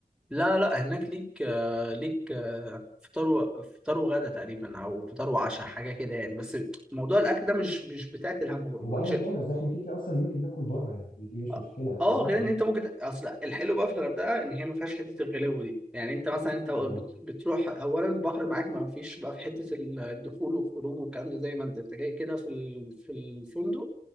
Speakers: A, in the centre; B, on the left.
A: لا لا هناك ليك آه ليك آه فطار و... فطار وغدا تقريبا او فطار وعشاء حاجة كده يعني بس موضوع الاكل ده مش مش بتاعت الهم
B: هو ايا كان اصل احنا كده كده اصلا ممكن ناكل بره يعني دي, دي مش
A: اه
B: مشكله فاهم
A: آه، غير
B: اه
A: ان انت ممكن ت- اصل الحلو بقى في الغردقه ان هي ما فيهاش حته الغلو دي يعني انت مثلا انت بت-
B: اه
A: بتروح اولا البحر معاك ما فيش بقى في حته الدخول والخروج والكلام ده زي ما انت انت جاي كده في ال- في الفندق